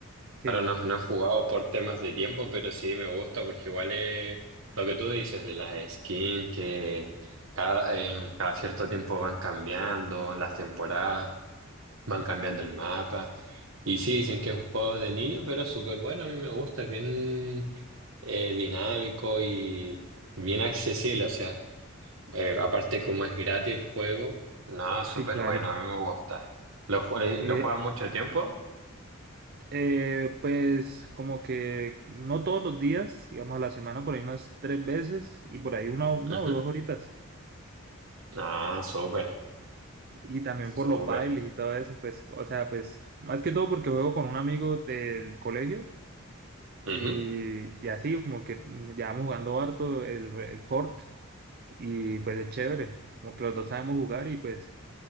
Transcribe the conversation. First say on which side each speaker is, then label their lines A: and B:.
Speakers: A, on the right; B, on the right.
A: Sí,
B: Claro, no, no he jugado por temas de tiempo, pero sí me gusta porque igual es lo que tú dices de las skins que cada, eh, cada cierto tiempo van cambiando, las temporadas, van cambiando el mapa. Y sí, dicen que es un juego de niño, pero es súper bueno, a mí me gusta, es bien eh, dinámico y bien accesible. O sea, eh, aparte como es gratis el juego, no, súper
A: sí, claro.
B: bueno, a mí me gusta. ¿Lo, jue-
A: Eh,
B: lo juegas mucho tiempo?
A: eh, pues como que no todos los días, digamos a la semana, por ahí unas tres veces y por ahí una, una
B: Ujú.
A: o dos horitas.
B: Ah, súper.
A: Y también
B: Súper.
A: por los bailes y todo eso. Y pues, o sea, pues más que todo porque juego con un amigo del colegio y,
B: Ujú.
A: y así como que llevamos jugando harto el, el Fort y pues es chévere. Como que los dos sabemos jugar y pues